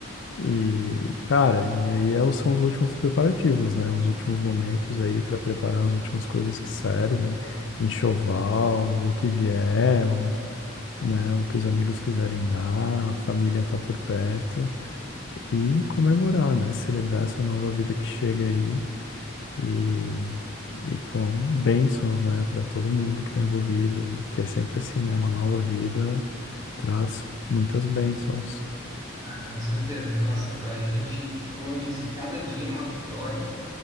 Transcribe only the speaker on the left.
E, cara, e aí é são os últimos preparativos, né? Os últimos momentos aí para preparar as últimas coisas que servem, enxoval, o que vier, o, né, o que os amigos quiserem dar, a família tá por perto e comemorar, né? Celebrar essa nova vida que chega aí e, e com bênçãos, né, para todo mundo que está envolvido, que é sempre assim, né? Uma nova vida traz muitas bênçãos.